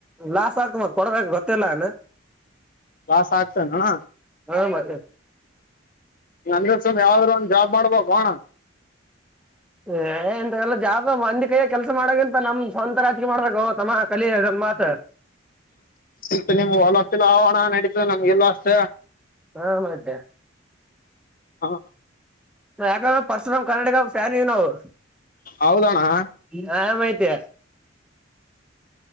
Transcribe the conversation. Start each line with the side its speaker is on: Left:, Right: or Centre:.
Centre: ಲಾಸ್ <unintelligible>
Left: ಲಾಸ್ ಆಗ್ತಾನ ಅಣ್ಣಾ.
Centre: ಹಾ ಮತ್ತೆ.
Left: ನಂಗೆ <unintelligible> ಯಾವ್ದರೆ ಒಂದ್ ಜಾಬ್ ಮಾಡ್ಬೇಕೊ ಅಣ್ಣಾ.
Centre: ಏ ಇಂತವೆಲ್ಲಾ ಜಾಬ ಮಂದಿ ಕೈಯಾಗ ಕೆಲ್ಸ ಮಾಡಕ್ಕಿಂತ ನಮ್ ಸ್ವಂತ ರಾಜಕಿಯಾ ಮಾಡಬೇಕೋ ತಮ್ಮ ಕಲಿ ಇದೊಂದು ಮಾತ.
Left: ಇತ್ತ ನಿಮ್ಗ ಹೊಲ <unintelligible> ನಡೀತ ನಮಗಿಲ್ಲ ಅಷ್ಟ.
Centre: ಹಾ ಮತ್ತೆ.
Left: ಹಾ
Centre: ಯಾಕಂದ್ರ <unintelligible>
Left: ಹೌದಾ ಅಣ್ಣಾ.
Centre: ಹಾ ಮತ್ತೆ.